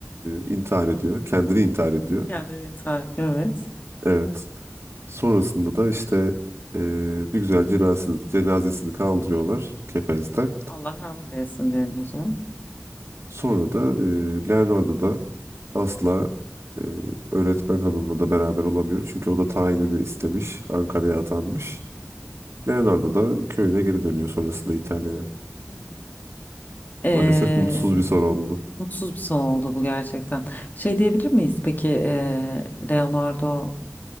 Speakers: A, on the right; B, on the left.
A: e, intihar ediyor. Kendini intihar ediyor.
B: Kendini intihar ediyor. Evet.
A: Evet. Sonrasında da işte e, bir güzel cenazesini, cenazesini kaldırıyorlar kepezden.
B: Allah rahmet eylesin diyelim o zaman.
A: Sonra da e, Leonardo da asla e, öğretmen hanımla da beraber olamıyor. Çünkü o da tayinini istemiş, Ankara'ya
B: Evet.
A: atanmış. Leonardo da köyüne geri dönüyor sonrasında İtalya'ya.
B: Hı hı.
A: Maalesef mutsuz bir son oldu.
B: Mutsuz bir son oldu bu gerçekten. Şey diyebilir miyiz peki eee, Leonardo